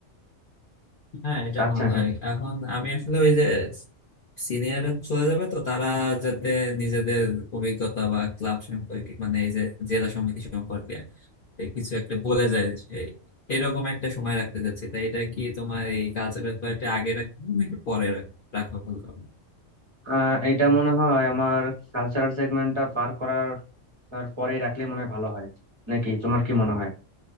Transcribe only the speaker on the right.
তা আচ্ছা
হ্যাঁ
আহ, এইটা মনে হয় আমার কালচারাল সেগমেন্টটা পার করার আর পরেই রাখলে মনে হয় ভালো হয় নাকি তোমার কি মনে হয়